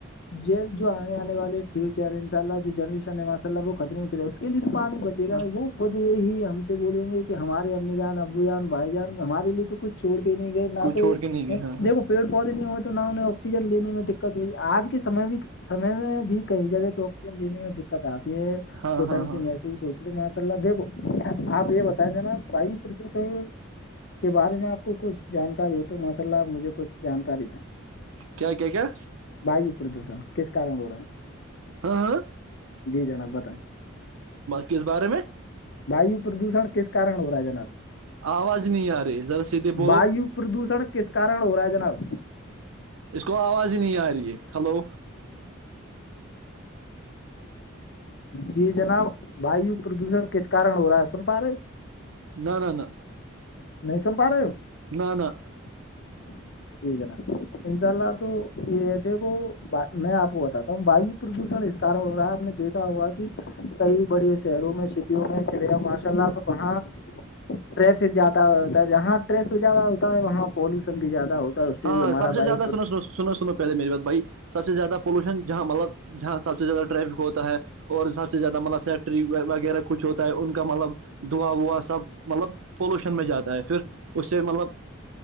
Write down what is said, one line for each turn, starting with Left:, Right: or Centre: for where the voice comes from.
Left: یہ جو آنے آنے والے فیوچر ہے انشء اللہ جو جنریشن ہے ماشا اللہ وہ خترے میں چلے اس کے لیے تو پانی ب جھا
Right: ہاں
Left: نہیں وہ <unintelligible> خود یہی ہم سے بولیں گے کہ ہمارے امی جان ابو جان بھائی جان ہمارے لیے تو کچھ چھڑ کے نہیں گئے نہ
Right: کو
Left: تو
Right: چھوڑ کے نہیں گئے ہاں ہاں
Left: دیکو پیڑ پودے نہیں ہوئے تو نہ انہیں آکسیجن لینے میں دقت تو آج کے سمے بھی سمے میں بھی کئی جگہ تو آکسیجن لینے میں دقت آ یہ
Right: ہاں
Left: گوٹان
Right: ہاں ہاں
Left: سے می سوچے ماشا اللہ دےو آپ یہ بتائیں ج نا واو پردوشن کے بارے میں آپ کو کچھ جانکاری ہو تو ماشاء اللہ آپ مجھے کچھ جانکاری دیں
Right: کیا کیا کیا
Left: وایو پردوشن کس کارن ہو رہا ہے
Right: ہاں ہاں
Left: جی جناب بتائیں
Right: کس بارے میں
Left: وایو پردوشن کس کارن ہو رہا ہے جناب
Right: آواز ہی نہیں آ رہی ہے ذرا سیدھے بولو
Left: وایو پردوشن کس کارن ہو رہا ہے جناب
Right: اس کو آواز ہی نہیں آ رہی ہے ہلو
Left: جی جناب وایو پردوشن کس کارن ہو رہا ہے سن پا رہے ہو
Right: نہ نہ نہ
Left: نہیں سن پا رہے ہو
Right: نہ نہ
Left: <unintelligible> <inaudible> جی جناب انشاء اللہ تو یہ دیکھو میں آپ کو بتاتا ہوں وایو <unintelligible> آ نے دیکھا ہوا کہ کئی بڑے شہروں میں سٹیوں میں چلے جاؤ ماشاء اللہ تو وہاں ٹریفک جیادا ہوتا ہے جہاں ٹریفک زیادہ ہوتا ہے وہاں پالوشن بھی زیادہ ہوتا ہے اس
Right: ہاں
Left: بھی ہمارا
Right: سب سے
Left: وایو
Right: زیادہ
Left: پر
Right: سنو سو سنو سنو پہے میری بات بھائی سب سے زیادہ پولوشن جہاں مطلب جہاں سب سے زیادہ ٹریفک ہوتا ہے اور سب سے زیادہ مطلب فیکٹری وغیرہ کچھ ہوتا ہے ان کا مطلب دعا ووا سب مطلب پولوشن میں جاتا ہے پھر اس سے مطلب